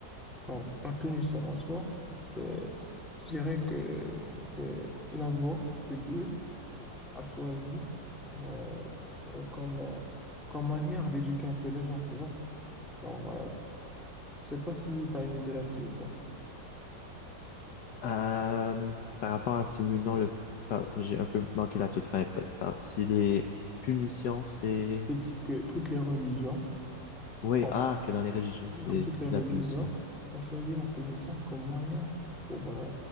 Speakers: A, in the centre; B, on the left.
A: Genre, la punition en soi, c'est, je dirais que c'est la voie que Dieu a choisie euh, euh, comme, euh, comme manière d'éduquer un peu les gens, tu vois. Genre, euh, je sais pas si tu as une idée là-dessus ou pas.
B: Euh, par rapport à si oui ou non, le, par- j'ai un peu manqué la toute fin. Par- par- si les punitions, c'est,
A: Je t'ai dit que toutes les religions
B: oui,
A: ont,
B: ah, que dans les religions, c'est
A: que toutes les religions
B: la punition.
A: ont choisi la punition comme moyen pour, euh,